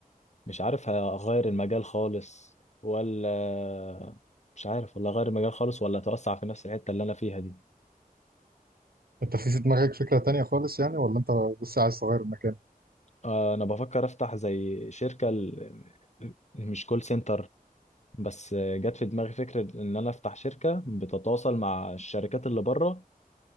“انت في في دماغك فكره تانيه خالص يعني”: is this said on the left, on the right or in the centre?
Right